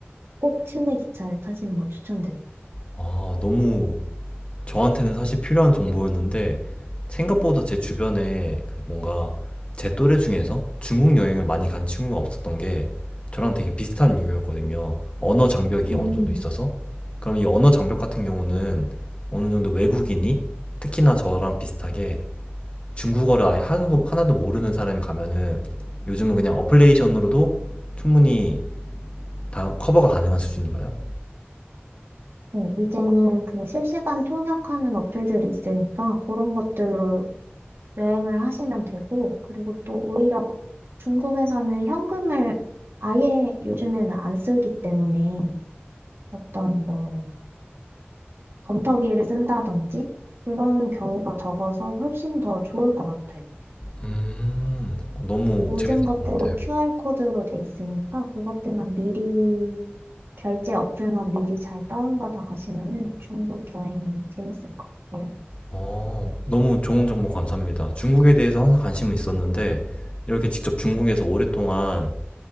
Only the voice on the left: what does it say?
아, 너무 저한테는 사실 필요한 정보였는데 생각보다 제 주변에 그 뭔가 제 또래 중에서 중국 여행을 많이 간 친구가 없었던 게 저랑 되게 비슷한 이유였거든요. 언어 장벽이
어느 정도 있어서. 그럼 이 언어 장벽 같은 경우는 어느 정도 외국인이 특히나 저랑 비슷하게 중국어를 아예 하나도, 하나도 모르는 사람이 가면은 요즘은 그냥 어플레이션으로도 충분히 다 커버가 가능한 수준인가요?
음, 너무
재밌을
것 같아.
어, 너무 좋은 정보 감사합니다. 중국에 대해서 항상 관심은 있었는데, 이렇게 직접 중국에서 오랫동안